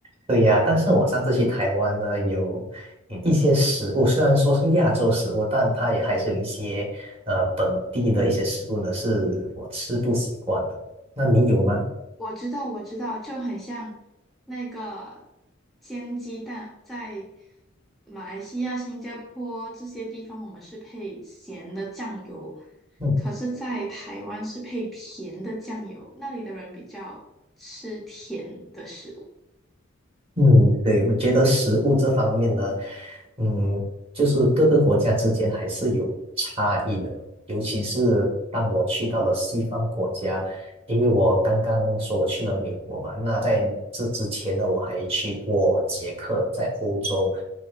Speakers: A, on the right; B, in the centre.
A: 对呀，但是我上次去台湾呢，有一些食物，虽然说是亚洲食物，但它也还是有一些呃本地的一些食物呢，是我吃不习惯的。那你有吗？
B: 我知道，我知道，就很像那个煎鸡蛋，在马来西亚、新加坡这些地方，我们是配咸的酱油，
A: 嗯。
B: 可是，在台湾是配甜的酱油，那里的人比较吃甜的食物。
A: 嗯，对，我觉得食物这方面呢，嗯，就是各个国家之间还是有差异的，尤其是当我去到了西方国家，因为我刚刚说我去了美国嘛，那在这之前呢，我还去过捷克，在欧洲，